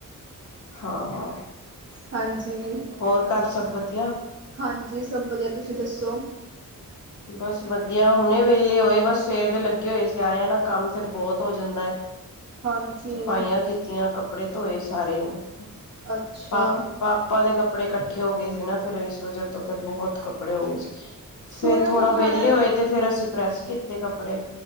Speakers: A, on the left (about 60°); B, on the right (about 45°).
A: ਹਾਂ
B: ਹਾਂਜੀ
A: ਹੋਰ ਘਰ ਸਭ ਵਧੀਆ
B: ਹਾਂ ਜੀ ਸਭ ਵਧੀਆ ਤੁਸੀਂ ਦੱਸੋ
A: ਬਸ ਵਧੀਆ ਹੁਣੇ ਵਿਹਲੇ ਹੋਏ ਬਸ ਸਵੇਰ ਦੇ ਲੱਗੇ ਹੋਏ ਸੀ ਆਏ ਆ ਨਾ ਕੰਮ ਫੇਰ ਬਹੁਤ ਹੋ ਜਾਂਦਾ ਐ।
B: ਹਾਂਜੀ
A: ਸਫਾਈਆਂ ਕੀਤੀਆਂ ਕੱਪੜੇ ਧੋਏ ਸਾਰੇ ਉਹ
B: ਅੱਛਾ
A: ਪਾ ਪਾਪਾ ਦੇ ਕੱਪ ਕੱਪੜੇ ਕੱਠੇ ਹੋ ਗਏ ਸੀ ਨਾ ਫਿਰ ਇਸ ਵਜਾ ਫੇਰ ਬਹੁਤ ਕੱਪੜੇ ਹੋ ਗਏ ਸੀ। ਫੇਰ
B: <unintelligible> ਚਾਆ
A: ਥੋੜਾ ਵਿਹਲੇ ਹੋਏ ਤੇ ਫੇਰ ਅਸੀਂ ਪ੍ਰੈਸ ਕੀਤੇ ਕੱਪੜੇ